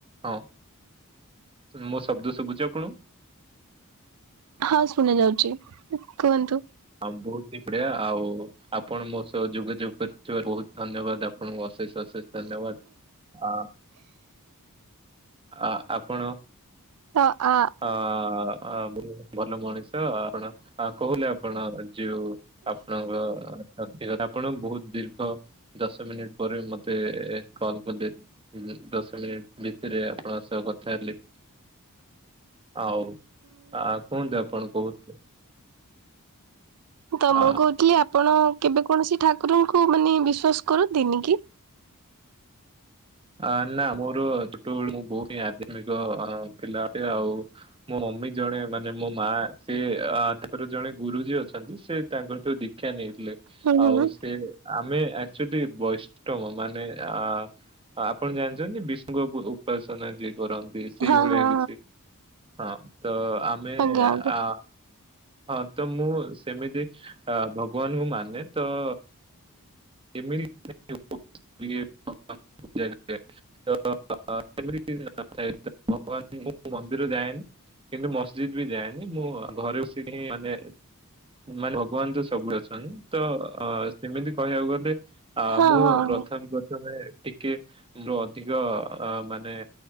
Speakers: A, on the right; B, on the right.
A: ହଁ ମୋ ଶବ୍ଦ ଶୁଭୁଛି ଆପଣଙ୍କୁ?
B: ହଁ ଶୁଣା ଯାଉଛି କୁହନ୍ତୁ।
A: ଆମ ବୋହୁତ ପଡିଆ ଆଉ ଆପଣ ମୋ ସହ ଯୋଗାଯୋଗ କରିଥିବାରୁ ବୋହୁତ ଧନ୍ୟବାଦ। ଆପଣଙ୍କୁ ଅଶେଷ ଅଶେଷ ଧନ୍ୟବାଦ ଆ ଆ ଆପଣ
B: ତ ଆ
A: ଅ ଅ ଭଲ ମଣିଷ ଆପଣ ଆପଣ କହୁନି ଆପଣ ଯୋଉ ଆପଣଙ୍କ ଶକ୍ତି କଥା ଆପଣ ବୋହୁତ ଦୀର୍ଘ ଦଶ ମିନିଟ୍ ପରେ ମତେ କଲ କଲେ। ଦଶ ମିନିଟ୍ ଭିତରେ ଆପଣଙ୍କ ସହ କଥା ହେଲି। ଆଉ ଆ କୁହନ୍ତୁ ଆପଣ କହୁ
B: ତ
A: ଆ,
B: ମୁଁ କହୁଥିଲି ଆପଣ କେବେ କୌଣସି ଠାକୁରଙ୍କୁ ମାନେ ବିଶ୍ଵାସ କରନ୍ତିନି କି?
A: ଆ ନା ମୋର ଛୋଟବେଳୁ ମୁଁ ବୋହୁତ ଆଧ୍ୟମିକ ଥିଲା ଆଉ ମୋ ମମି ଜଣେ ମାନେ ମୋ ମା ସେ ଅ ତାଙ୍କର ଜଣେ ଗୁରୁଜୀ ଅଛନ୍ତି। ସେ ତାଙ୍କର ସୁ ଶିକ୍ଷା ନେଇଥିଲେ।
B: ହୁଁ ହୁଁ।
A: ଆଉ ସେ ଆମେ ଆକଚାଲି ବୈଷ୍ଟମ ମାନେ ଆ ଆପଣ ଜାଣିଛନ୍ତି ବିଷ୍ଣୁଙ୍କ ଉପାସନା ଯିଏ କରନ୍ତି ସେଇ
B: ହଁ
A: ଭଳିଆ
B: ହଁ ହଁ
A: କିଛି? ହଁ ତ ଆମେ
B: ଆଜ୍ଞା ଆଜ୍ଞା।
A: ଆ ହଁ ତ ମୁଁ ସେମିତି ଅ ଭଗବାନଙ୍କୁ ମାନେ ତ ଏମିତି <unintelligible> <unintelligible> ମନ୍ଦିର ଯାଏନି। କିନ୍ତୁ ମସଜିଦ୍ ବି ଯାଏନି ମୁଁ ଘରେ ବସିକି ମାନେ ମାନେ ଭଗବାନ ତ ସବୁ ଅଛନ୍ତି ତ ଅ ସେମିତି କହିବାକୁ ଗ ବେ ଆ
B: ହୁଁ
A: ମୁଁ
B: ହୁଁ ହୁଁ। ହଁ ହଁ।
A: ପ୍ରଥମେ ପ୍ରଥମେ ଟିକେ ଲୋ ଅଧିକ ଅ ମାନେ